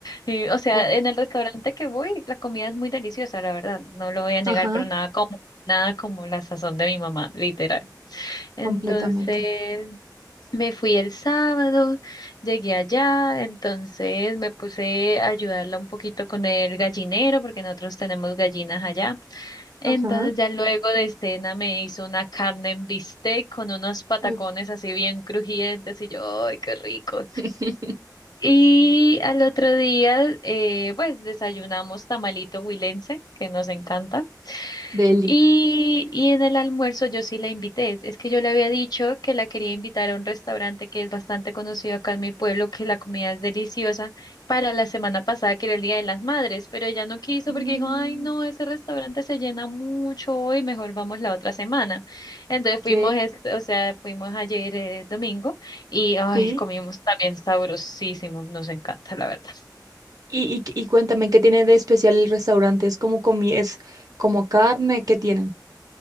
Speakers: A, on the left; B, on the right.
A: Y, o sea,
B: Oh,
A: en el restaurante que voy, la comida es muy deliciosa, la verdad, no lo voy a negar,
B: Ajá,
A: pero nada como, nada como la sazón de mi mamá, literal.
B: completamente.
A: Entonces, me fui el sábado, llegué allá, entonces me puse a ayudarla un poquito con el gallinero, porque nosotros tenemos gallinas allá. Entonces
B: Ajá.
A: ya luego de cena me hizo una carne en bistec con unos patacones
B: Uf,
A: así bien crujientes y yo, ¡ay, qué rico!
B: <laughs>
A: Y al otro día, eh, pues desayunamos tamalito huilense, que nos encanta.
B: Deli.
A: Y, y en el almuerzo yo sí la invité. Es que yo le había dicho que la quería invitar a un restaurante que es bastante conocido acá en mi pueblo, que la comida es deliciosa, para la semana pasada, que era el Día de las Madres, pero ella no quiso
B: Mm,
A: porque dijo, ay, no, ese restaurante se llena mucho hoy, mejor vamos la otra semana. Entonces
B: ok,
A: fuimos, es o sea, fuimos ayer eh, domingo y, ay,
B: sí.
A: comimos también sabrosísimo, nos encanta, la verdad.
B: Y, y, y cuéntame, ¿qué tiene de especial el restaurante? ¿Es como comi, es como carne? ¿Qué tienen?